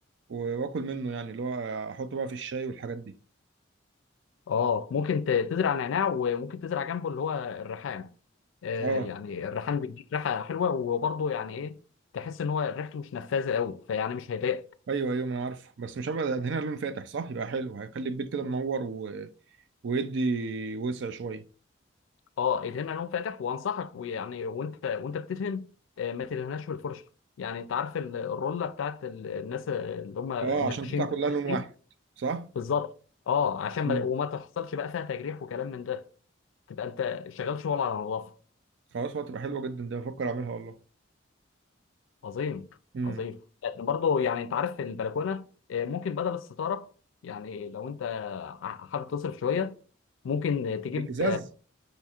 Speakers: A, on the right; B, on the left.
A: و- واكل منه يعني اللي هو احطه بقى في الشاي والحاجات دي
B: اه ممكن ت- تزرع نعناع وممكن تزرع جنبه اللي هو الريحان آه
A: اه
B: يعني الريحان بيديك ريحه حلوه وبرضه يعني ايه تحس ان هو ريحته مش نفاذه قوي فيعني مش هيضايقك
A: ايوه ايوه ما انا عارفه بس مش هبقى ادهنها لون فاتح صح يبقى حلو هيخلي البيت كده منور ويدي وسع شويه
B: اه ادهنها لون فاتح وانصحك ويعني وانت وانت بتدهن آه، ما تدهنهاش بالفرشه يعني انت عارف ال- الروله بتاعت ال- الناس اللي هم النقاشين
A: اه عشان تطلع كلها لون واحد
B: دي
A: صح
B: بالظبط اه عشان
A: مم.
B: ما وما تحصلش بقى فيها تجريح وكلام من ده تبقى انت شغال شغل على نظافه
A: خلاص هتبقى حلوه جدا ده بفكر اعملها والله
B: عظيم
A: امم
B: عظيم لكن برضه يعني انت عارف في البلكونه آه، ممكن بدل الستاره يعني لو انت ع- حابب تصرف شويه ممكن تجيب
A: الازاز